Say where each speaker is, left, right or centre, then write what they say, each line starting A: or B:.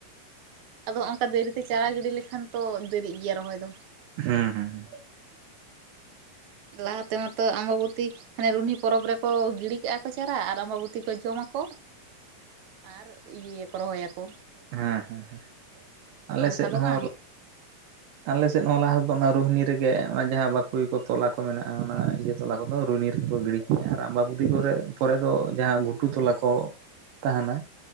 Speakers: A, on the right; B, on the right.
A: ᱟᱫᱚ ᱦᱚᱸ ᱚᱝᱠᱟ ᱫᱤᱨᱤ ᱛᱮᱼᱼ ᱪᱟᱨᱟ ᱜᱤᱰᱤ ᱞᱮ ᱠᱷᱟᱱ ᱛᱚ ᱫᱮᱨᱤᱜ ᱜᱮᱭᱟ ᱨᱚᱦᱚᱭ ᱫᱚᱼᱼ
B: ᱦᱮᱸ ᱦᱮᱸ
A: ᱞᱟᱦᱟ ᱛᱮ ᱢᱟᱛᱚ ᱟᱸᱵᱟᱵᱚᱛᱤ ᱦᱟᱱᱮ ᱨᱩᱱᱦᱤ ᱯᱚᱨᱚᱵᱽ ᱨᱮ ᱠᱚ ᱜᱤᱰᱤ ᱠᱟᱜᱼᱟ ᱠᱚ ᱪᱟᱨᱟ ᱟᱨ ᱟᱸᱵᱟᱵᱚᱛᱤ ᱠᱚ ᱡᱚᱢ ᱟᱠᱚᱼᱼ ᱟᱨ ᱤᱭᱟᱹᱭ ᱟᱠᱚ ᱨᱚᱦᱚᱭ ᱟᱠᱚᱼᱼ
B: ᱦᱮᱸ ᱦᱮᱸ ᱦᱮᱸ ᱟᱞᱮ
A: ᱚᱱᱠᱟ
B: ᱥᱮᱫ
A: ᱫᱚ
B: ᱦᱚᱸ
A: ᱵᱟᱝ
B: ᱟᱞᱮ ᱥᱮᱫ ᱦᱚᱸ ᱞᱟᱦᱟ ᱫᱚ ᱚᱱᱟ ᱨᱳᱦᱱᱤ ᱨᱮᱜᱮ ᱚᱱᱟ ᱡᱟᱦᱟᱸ <unintelligible> ᱠᱚ ᱛᱚᱞᱟ ᱠᱚ ᱢᱮᱱᱟᱜᱼᱟ ᱚᱱᱟ ᱤᱭᱟᱹ ᱛᱚᱞᱟ ᱠᱚᱼᱼ ᱫᱚ ᱨᱩᱭᱱᱤ ᱨᱮ ᱠᱚ ᱜᱤᱰᱤ ᱠᱮᱫ-ᱟ ᱟᱨ ᱟᱢᱵᱟᱵᱩᱫᱤ ᱠᱚᱨᱮᱜ ᱯᱚᱨᱮ ᱫᱚ ᱡᱟᱦᱟᱸ ᱜᱷᱩᱴᱩ ᱛᱚᱞᱟ ᱠᱚ ᱛᱟᱦᱮᱱᱟ